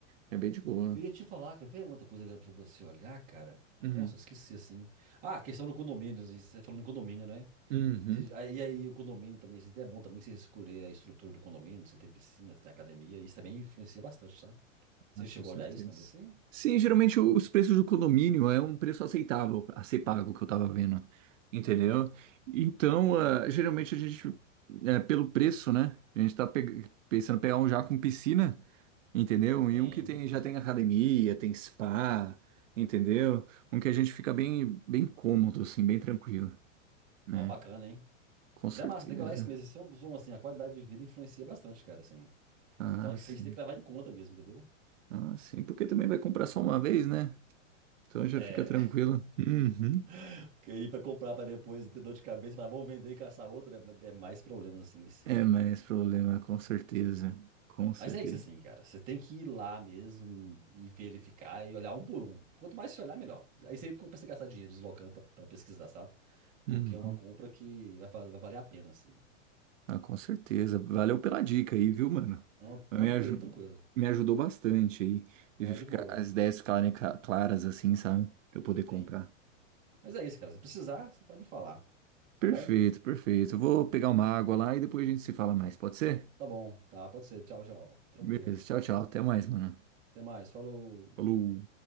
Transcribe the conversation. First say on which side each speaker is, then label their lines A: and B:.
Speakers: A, on the right; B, on the right.
A: É bem de boa.
B: Eu ia te falar, quer ver uma outra coisa que era pra você olhar, cara?
A: Uhum.
B: Nossa, eu esqueci assim. Ah, a questão do condomínio. assim, Você tá falando em condomínio, né?
A: Uhum.
B: Você- aí- E aí, o condomínio também. assim, É bom também que você escolher a estrutura do condomínio. Se tem piscina, se tem academia. Isso também influencia bastante, sabe? Você
A: Ah,
B: chegou
A: com certeza.
B: a olhar isso também assim?
A: Sim, geralmente os preços do condomínio é um preço aceitável a ser pago que eu tava vendo, entendeu? Então, ah, geralmente a gente, é, pelo preço, né? A gente tá peg- pensando em pegar um já com piscina. Entendeu?
B: Sim.
A: E um que tem, já tem academia, tem spa, entendeu? Um que a gente fica bem, bem cômodo, assim, bem tranquilo, né?
B: Ó, bacana, hein?
A: Com certeza.
B: Mas é massa, tem que olhar isso mesmo. São, são, assim, a qualidade de vida influencia bastante, cara, assim.
A: Ah,
B: Então isso
A: sim.
B: aí você tem que levar em conta mesmo, entendeu?
A: Ah, sim. Porque também vai comprar só uma vez, né? Então já
B: É,
A: fica tranquilo. Uhum.
B: <laughs> porque aí pra comprar pra depois ter dor de cabeça, falar, vou vender e caçar outro, é, é mais problemas assim em si,
A: É
B: né?
A: mais problema, com certeza. Com certeza.
B: Mas é isso assim, cara. Você tem que ir lá mesmo e verificar e olhar um por um. Quanto mais você olhar, melhor. Aí você começa a gastar dinheiro deslocando pra, pra pesquisar, sabe? Porque
A: Uhum.
B: é uma compra que vai, val- vai valer a pena, assim.
A: Ah, com certeza. Valeu pela dica aí, viu, mano?
B: Não,
A: Mas
B: tranquilo,
A: Me, aju-
B: tranquilo.
A: me ajudou bastante aí. E
B: Ó,
A: fica-
B: de boa.
A: As ideias ficarem ca- claras, assim, sabe? Pra eu poder comprar.
B: Tem. Mas é isso, cara. Se precisar, você pode me falar. Tá
A: Perfeito,
B: bom?
A: perfeito. Eu vou pegar uma água lá e depois a gente se fala mais, pode ser?
B: Tá bom, tá. Pode ser. Tchau, tchau. Tranquilo.
A: Beleza, tchau, tchau. Até mais, mano.
B: Até mais. Falou.
A: Falou.